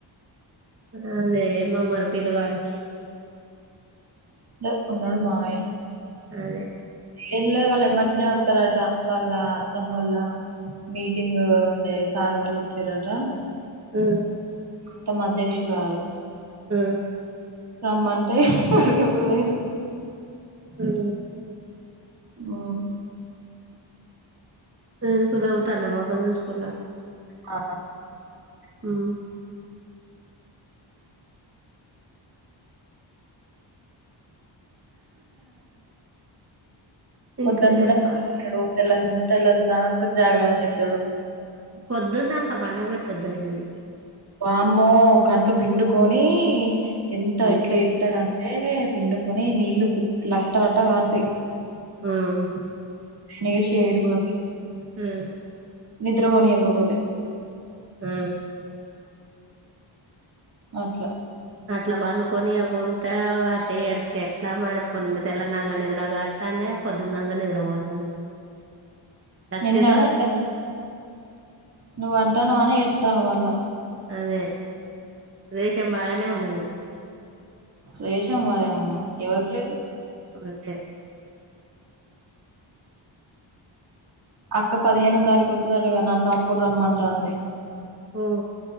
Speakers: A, on the right; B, on the right.
A: ఆ లేదు మమర్ పిల్లగాడు
B: లె ఉన్నాడు మావయ్య
A: అదే
B: ఏం లేదు వాళ్ ఏమాటనే వతారట వాళ్ళ అత్తమ్ముళ్ళ మీటింగ్ ఉండే సార్ వాళ్ళు వచ్చిరాట
A: ఆ
B: అత్తమ్మ అధ్యక్షురాలు
A: ఆ
B: రమ్మంటే వాడికి ఎప్పుడుపోయిరు
A: ఉమ్
B: ఉ
A: నేనుకూడా ఒతరినామొహం చూసుకున్నా
B: ఆ
A: ఆ
B: పొద్దంతా
A: ఇంకా చెప్ప
B: ఉంటాడు పెళ తెల్లరీనాక జాగారం చేత్తాడు
A: పొద్దున్న అంక పండబెట్టద్దు ఆయన్నని
B: వామ్మో కళ్ళు పిండుకొని ఎంత
A: మ్
B: ఎట్లా ఏడుతాడని ఎ పిండుకొని నీళ్లు చుట్ లట్ట లట్ట కరాతాయి్
A: మ్
B: నేేషి ఏడుగులోకి
A: మ్
B: నిద్రపోనియక పోతే
A: ఆ
B: అట్లా
A: అట్లా బండుకొనియకుంటే వాటి ఎడ్తే ఎట్లా మరి పోండు తెల్లందంక నిద్రగాతానే పొద్దుందంకా నిద్రపోతంది లక్షితో
B: నిన్ను అనట్లే నువ్వు అంటనవ్ అనే ఏద్తన్న మల్ల
A: అదే రేశం బాగానే ఉన్నది
B: రేషం మారేమ ఎవరికి లేదు
A: వలే
B: అక్క పదిహేనో తారీఖు వస్తుదటగా నన్ను అప్పుడు రమ్మంటుంది
A: ఆ